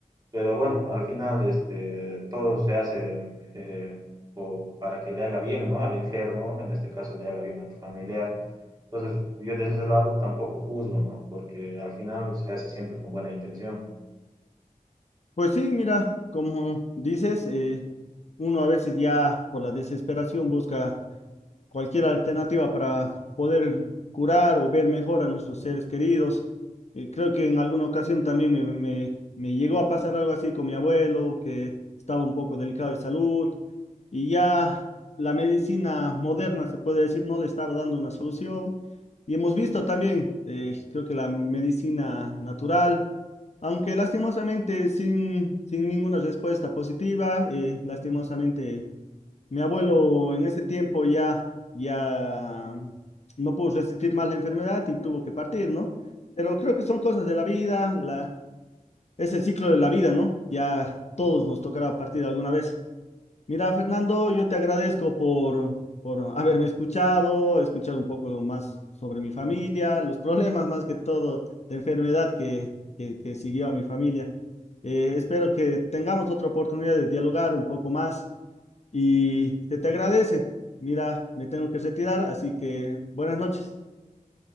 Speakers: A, on the right (about 25°); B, on the left (about 50°).
A: Pero bueno, al final, este, todo se hace eh, po- para que le haga bien, ¿no? Al enfermo, en este caso, le haga bien a tu familiar. Entonces, yo desde ese lado tampoco juzgo, ¿no? Porque al final se hace siempre con buena intención.
B: Pues sí, mira, como dices, eh, uno a veces ya por la desesperación busca cualquier alternativa para poder curar o ver mejor a nuestros seres queridos. Eh, creo que en alguna ocasión también me, me- me llegó a pasar algo así con mi abuelo, que estaba un poco delicado de salud y ya la medicina moderna, se puede decir, no le estaba dando una solución. Y hemos visto también, eh, creo que la medicina natural, aunque lastimosamente sin, sin ninguna respuesta positiva, eh, lastimosamente mi abuelo en ese tiempo ya, ya no pudo resistir más la enfermedad y tuvo que partir, ¿no? Pero creo que son cosas de la vida, la, es el ciclo de la vida, ¿no? Ya todos nos tocará partir alguna vez. Mira, Fernando, yo te agradezco por, por haberme escuchado, escuchar un poco más sobre mi familia, los problemas más que todo de enfermedad que, que, que siguió a mi familia. Eh, espero que tengamos otra oportunidad de dialogar un poco más y se te agradece. Mira, me tengo que retirar, así que buenas noches.